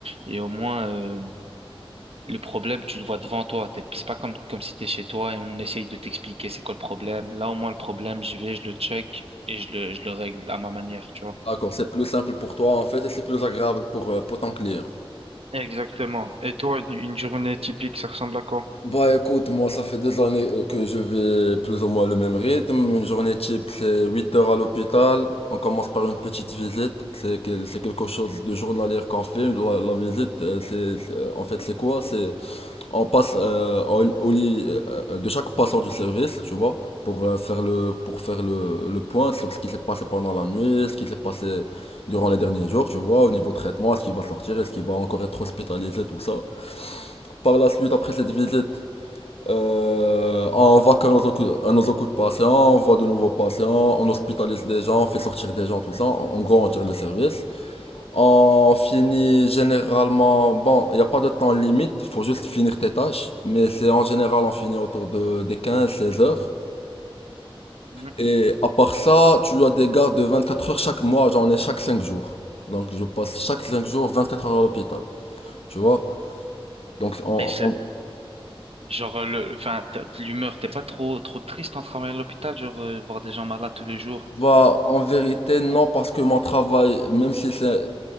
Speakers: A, on the right (about 85°); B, on the left (about 80°).
A: Et au moins, euh, le problème, tu le vois devant toi. T'es- C'est pas comme, comme si t'es chez toi et on essaye de t'expliquer c'est quoi le problème. Là, au moins, le problème, j'y vais, je le check et je le, je le règle à ma manière, tu vois.
B: D'accord, c'est plus simple pour toi en fait et c'est plus agréable pour, euh, pour ton client.
A: Exactement. Et toi, une une journée typique, ça ressemble à quoi?
B: Bah écoute, moi ça fait des années euh, que je vais plus ou moins le même rythme. Une journée type, c'est 8 heures à l'hôpital. On commence par une petite visite. C'est quel- c'est quelque chose de journalier qu'on fait. La, la visite, euh, c'est, c'est- en fait c'est quoi? C'est on passe euh, au, au lit euh, de chaque patient du service, tu vois, pour euh, faire le pour faire le, le point sur ce qui s'est passé pendant la nuit, ce qui s'est passé durant les derniers jours, tu vois, au niveau traitement, est-ce qu'il va sortir, est-ce qu'il va encore être hospitalisé, tout ça. Par la suite, après cette visite, euh, on va qu'à nos, occu- à nos occupe patients on voit de nouveaux patients, on hospitalise des gens, on fait sortir des gens, tout ça. En gros, on tire le service. On finit généralement, bon, il n'y a pas de temps limite, faut juste finir tes tâches. Mais c'est en général, on finit autour de, des 15 16 heures.
A: Mhm.
B: Et à part ça, tu as des gardes de 24 heures chaque mois, j'en ai chaque 5 jours. Donc je passe chaque 5 jours 24 heures à l'hôpital, tu vois. Donc on,
A: Et c'est
B: on-
A: genre euh, le, enfin, t'as- l'humeur, t'es pas trop trop triste en travaillant à l'hôpital, genre euh, voir des gens malades tous les jours.
B: bah, en vérité, non, parce que mon travail, même si c'est